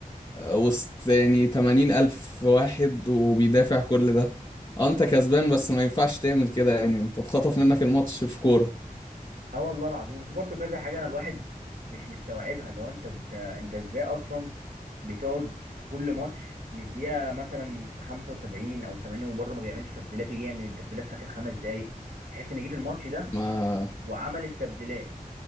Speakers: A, on the left; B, on the right.
A: آه، وسط يعني 80 الف واحد وبيدافع كل ده آه، انت كسبان بس ما ينفعش تعمل كده يعني انت اتخطف منك الماتش في كوره
B: اه والله العظيم وفي برضه كذا حاجه انا الواحد مش مستوعبها لو انت انت انت ازاي اصلا بتقعد كل ماتش للدقيقه مثلا 75 او 80 وبرضه ما بيعملش تبديلات يجي يعمل التبديلات في اخر خمس دقائق تحس ان جه في الماتش ده
A: ما
B: وعملت تبديلات